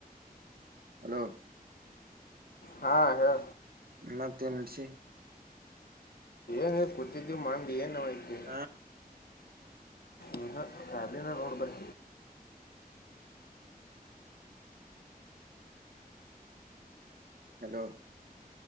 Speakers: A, on the right (about 75°); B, on the left (about 80°).
A: ಹಲೋ
B: ಹಾ ಹೇಳ
A: ಮತ್ ಏನ್ ನಡ್ಸಿ
B: ಎ ಕುತಿಗಿ ಮಂದ್ ಏನ್ ಅಯ್ತಿ
A: ಹಾ
B: ನೀಹ <inaudible> ರೋಡ್ ಬರ್.
A: ಹಲೋ